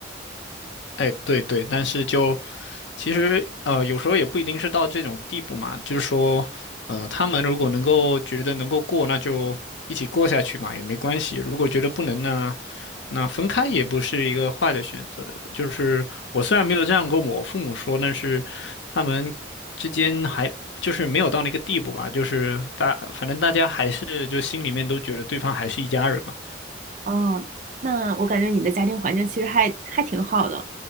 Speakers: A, on the left; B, on the right.
A: 哎，对对，但是就其实呃，有时候也不一定是到这种地步嘛，就是说，呃，他们如果能够觉得能够过，那就一起过下去嘛，也没关系。如果觉得不能呢，那分开也不是一个坏的选择。就是我虽然没有这样跟我父母说，但是他们之间还就是没有到那个地步吧，就是大，反正大家还是就心里面都觉得对方还是一家人嘛。
B: 哦，那我感觉你的家庭环境其实还还挺好的。